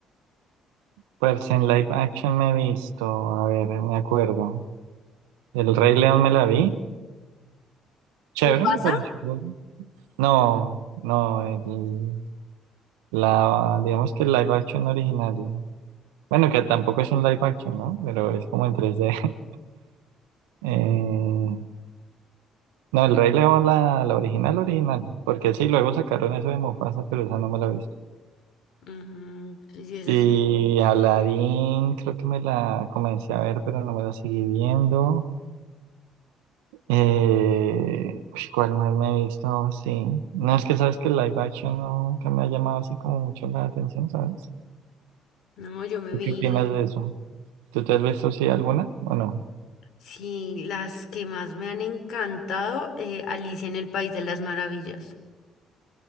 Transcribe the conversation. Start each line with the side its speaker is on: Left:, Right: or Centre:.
Right: Pues en live action me he visto. A ver, me acuerdo. El Rey León me la vi. Chévere,
Left: Mufasa.
Right: me pareció. No, no, La, digamos que el live action original. Bueno, que tampoco es un live action, ¿no? Pero es como en tres d <laughs> Eh, no, el Rey León, la, la original, original. Porque sí, luego sacaron eso de Mufasa, pero esa no me la he visto.
Left: Mm, sí, es
Right: Y
Left: así.
Right: Aladdin, creo que me la comencé a ver, pero no me la seguí viendo. Eh, uy, ¿cuál más me he visto? Sí. No, es que sabes que el live action no, nunca me ha llamado así como mucho la atención, ¿sabes?
Left: No, yo me
Right: ¿Tú
Left: vi,
Right: qué opinas de eso? ¿Tú te has visto sí alguna o no?
Left: sí, las que más me han encantado, eh, Alicia en el País de las Maravillas.